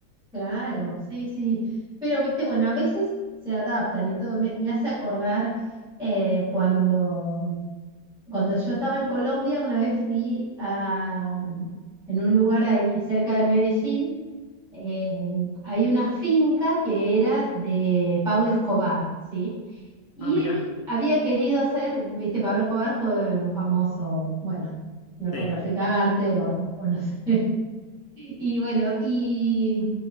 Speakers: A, in the centre; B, on the left.
A: Claro, sí, sí. Pero, viste, bueno, a veces se adaptan y todo. Me, me hace acordar eh, cuando Cuando yo estaba en Colombia, una vez fui a, mm, en un lugar ahí cerca de Medellín, eh, hay una finca que era de Pablo Escobar, ¿sí? Y
B: Ah, mirá,
A: él había querido hacer, viste, Pablo Escobar fue un famoso, bueno, narcotraficante
B: sí,
A: o, o no sé. <laughs> Y bueno, y,